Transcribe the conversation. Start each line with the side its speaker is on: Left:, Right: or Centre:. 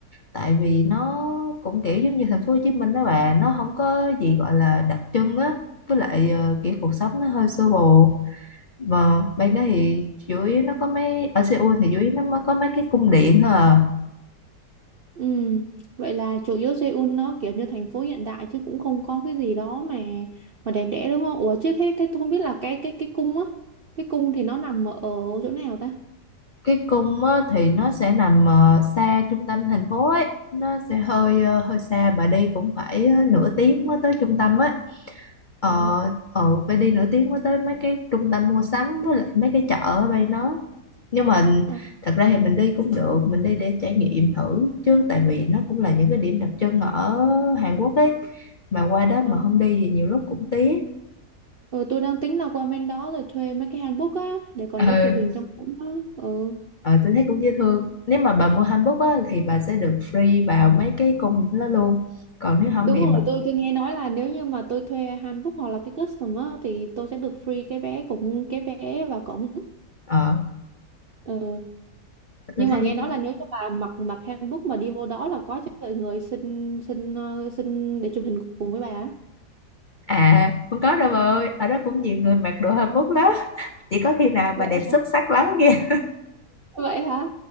Left: tại vì nó cũng kiểu giống như thành phố Hồ Chí Minh đó bà nó không có gì gọi là đặc trưng á với lại ờ, kiểu cuộc sống nó hơi sơ bộ và bên đó thì chủ yếu nó có mấy ở Seoul thì chủ yếu nó mới có mấy cái cung điện thôi à
Right: Ừ, vậy là chủ yếu Seoul nó kiểu như thành phố hiện đại chứ cũng không có cái gì đó mà mà đẹp đẽ đúng không? Ủa chứ thế thế tôi không biết là cái cái cái cung á, cái cung thì nó nằm ở chỗ nào ta?
Left: cái cung á, thì nó sẽ nằm ờ, xa trung tâm thành phố ấy nó sẽ hơi ờ, hơi xa bà đi cũng phải ờ, nửa tiếng mới tới trung tâm á ờ
Right: À,
Left: ờ phải đi nửa tiếng mới tới mấy cái trung tâm mua sắm với lại mấy cái chợ ở đây nó nhưng mà
Right: à,
Left: thật ra thì mình đi cũng được mình đi để trải nghiệm thử chứ tại vì nó cũng là những cái điểm đặc trưng ở Hàn Quốc ấy mà qua đó mà
Right: à,
Left: không đi thì nhiều lúc cũng tiếc
Right: ừ, tôi đang tính là qua bên đó rồi thuê mấy cái hanbok á để còn
Left: ừ
Right: đi chụp hình trong cung á. Ừ.
Left: Ờ, tôi thấy cũng dễ thương. Nếu mà bà mua hanbok á, thì bà sẽ được free vào mấy cái cung đó luôn. Còn nếu không
Right: Đúng
Left: thì
Right: rồi,
Left: bà,
Right: tôi tôi nghe nói là nếu như mà tôi thuê hanbok hoặc là cái custom á thì tôi sẽ được free cái vé cũng cái vé vào cổng.
Left: ờ,
Right: Ừ. nhưng
Left: tôi
Right: mà
Left: thấy
Right: nghe nói
Left: nó-
Right: là nếu như bà mặc mặc handbook mà đi vô đó là có trời người xin xin ờ, xin để chụp hình cùng với bà á.
Left: à không có đâu bà ơi. Ở đó cũng nhiều người mặc đồ hanbok lắm. Chỉ có khi nào
Right: vậy
Left: bà đẹp xuất
Right: hả
Left: sắc lắm kìa. <laughs>
Right: vậy hả